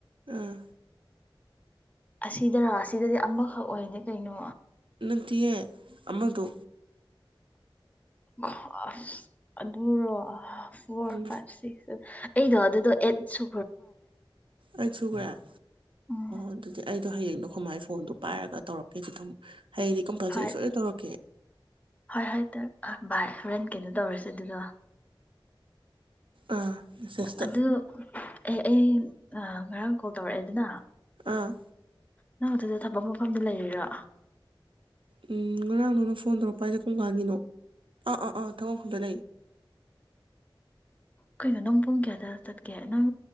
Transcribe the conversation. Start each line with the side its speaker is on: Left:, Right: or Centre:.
Right: ꯑꯥ
Left: ꯑꯁꯤꯗꯔꯥ ꯑꯁꯤꯗꯗꯤ ꯑꯃꯈꯛ ꯑꯣꯏꯗꯤꯦ ꯀꯩꯅꯣ
Right: ꯠꯇꯤꯌꯦ ꯑꯃꯗ
Left: ꯑꯁ ꯑꯗꯨꯔꯣ ꯐꯣꯔ
Right: ꯎꯝ
Left: ꯐꯥꯏꯚ ꯁꯤꯁ ꯑꯩꯗꯣ ꯑꯗꯨꯗꯣ ꯑꯦꯠꯁꯨ
Right: ꯑꯩ ꯁꯨꯈ꯭ꯔꯦ ꯑꯣ
Left: ꯎꯝ
Right: ꯑꯗꯨꯗꯤ ꯑꯩꯗꯣ ꯍꯌꯦꯡꯗꯣ ꯈꯨꯃꯥꯏ ꯐꯣꯟꯗꯣ ꯄꯥꯏꯔꯒ ꯇꯧꯔꯛꯀꯦ ꯑꯗꯨ ꯑꯗꯨꯝ ꯍꯥꯏꯗꯤ ꯀꯝꯄꯜꯁꯔꯤ
Left: ꯍꯣꯏ
Right: ꯁꯣꯏꯅ ꯇꯧꯔꯛꯀꯦ
Left: ꯍꯣꯏ ꯍꯣꯏ ꯚꯥꯏ ꯍꯣꯔꯦꯟ ꯀꯩꯅꯣ ꯇꯧꯔꯁꯦ ꯑꯗꯨꯗꯣ
Right: ꯑꯥ ꯃꯦꯁꯦꯁꯇ
Left: ꯑꯗꯨ ꯑꯩ ꯉꯔꯥꯡ ꯀꯣꯜ ꯇꯧꯔꯛꯑꯦ ꯑꯗꯨꯅ
Right: ꯑꯥ
Left: ꯅꯪ ꯑꯗꯨꯗ ꯊꯕꯛ ꯃꯐꯝꯗꯨ ꯂꯩꯔꯤꯔꯥ
Right: ꯎꯝ ꯉꯔꯥꯡ ꯅꯅ ꯐꯣꯟ ꯇꯧꯔꯛꯄ ꯍꯥꯏꯁꯦ ꯀꯣꯡꯀꯥꯟꯒꯤꯅꯣ ꯑꯥ ꯑꯥ ꯑꯥ ꯊꯕꯐꯝꯗ ꯂꯩ
Left: ꯀꯩꯅꯣ ꯅꯪ ꯄꯨꯡ ꯀꯌꯥꯗ ꯆꯠꯀꯦ ꯅꯪ